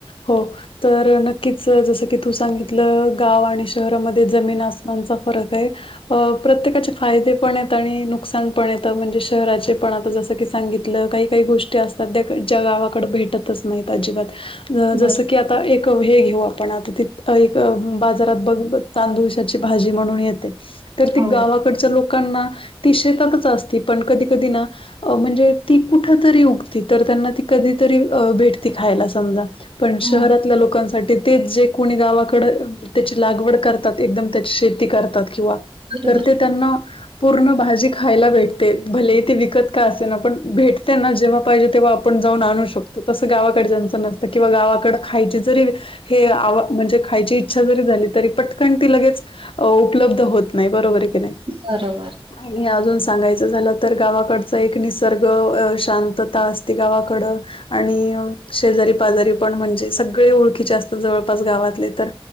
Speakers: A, on the left (about 65°); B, on the right (about 60°).
A: हो तर नक्कीच जसं की तू सांगितलं गाव आणि शहरामध्ये जमीन आसमानचा फरक आहे. अ प्रत्येकाचे फायदे पण येत आणि नुकसान पण येत म्हणजे शहराचे पण आता जस की सांगितलं काही काही गोष्टी असतात त्या ज्या गावाकडे भेटत नाही अजिबात जस
B: बर
A: की आता हे घेऊ आपण आता त एक बाजारात बघ तांदुळची भाजी म्हणून येते तर ती
B: हो
A: गावाकडच्या लोकांना ती शेतातच असती पण कधी कधी ना अ म्हणजे ती कुठ तरी उगते तर त्यांना ती कधीतरी भेटती खायला समजा पण शहरातल्या
B: हो
A: लोकांसाठी तेच जे कोणी गावाकड त्याची लागवड करतात एकदम त्याची शेती करतात किंवा
B: बरोबर
A: तर ते त्यांना पूर्ण भाजी खायला भेटते भले इथे विकत काय असे ना पण भेटते ना जेव्हा पाहिजे तेव्हा आपण जाऊन आणू शकतो तसं गावाकडे जचं नसतं किंवा गावाकड खायची जरी हे आवा म्हणजे खायची इच्छा जरी झाली तरी पटकन ती लगेच अ उपलब्ध होत नाही बरोबर आहे की नाही.
B: बरोबर.
A: आणि अजून सांगायचं झालं तर गावाकडच एक निसर्ग शांतता असते गावाकड. आणि शेजारी पाजारी पण म्हणजे सगळे ओळखीचे असतात जवळपास गावातले तर